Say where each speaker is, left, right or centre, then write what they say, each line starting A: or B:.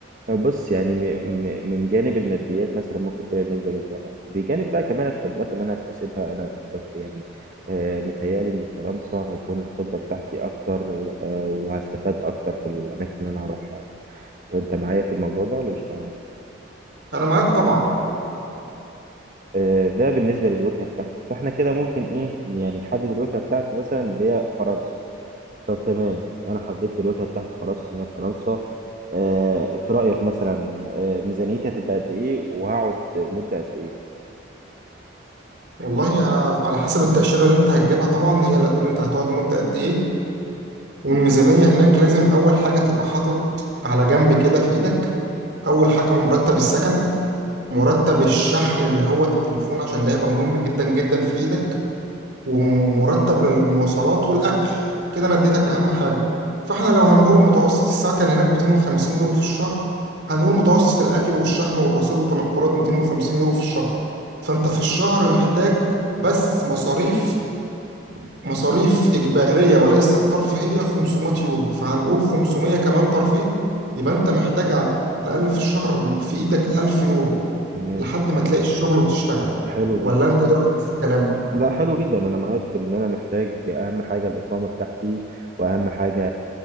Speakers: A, on the right; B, on the right.
A: آه، بص يعني م- م- من جانب الماديات مثلا ممكن تلاقي النسبة جذابة بجانب بقى كمان الخبرات اللي أنا هكتسبها أنا ب- يعني آه، متهيألي إن فرنسا هيكون الخبرة بتاعتي أكتر آه، وهستفاد أكتر في الأماكن اللي أنا هروحها أنت معايا في الموضوع ده ولا مش معايا؟
B: أنا معاك طبعا
A: آه، ده بالنسبة للوجهة بتاعتي فإحنا كده ممكن إيه يعني نحدد الوجهة بتاعتي مثلا اللي هي فرنسا طب تمام أنا حددت الوجهة بتاعتي خلاص إن هي فرنسا آه، في رأيك مثلا آه، ميزانيتي هتبقى قد إيه وهقعد مدة قد إيه؟
B: والله آه، على حسب التأشيرة اللي أنت هتجيبها طبعا هي اللي هتقول أنت هتقعد مدة قد إيه والميزانية هناك لازم أول حاجة تبقى حاطط على جنب كده في إيدك أول حاجة مرتب السكن مرتب الشحن اللي هو التليفون عشان ده هيبقى مهم جدا جدا في إيدك وم- ومرتب للمواصلات والأكل كده أنا اديتك أهم حاجة فاحنا لو هنقول متوسط الساعة كان هناك 250 يورو في الشهر هنقول متوسط الأكل والشحن والرصيد والتنقلات 250 يورو في الشهر فأنت في الشهر محتاج بس مصاريف مصاريف إجبارية وليست ترفيهية 500 يورو فهنقول 500 كمان ترفيه يبقى أنت محتاج على الأقل في الشهر في إيدك 1000 يورو
A: تمام
B: لحد ما تلاقي الشغل وتشتغل
A: حلو جدا
B: ولا أنت إيه رأيك في الكلام
A: لا حلو جدا انا معاك في ان انا محتاج اهم حاجه الاقامه بتاعتي واهم حاجه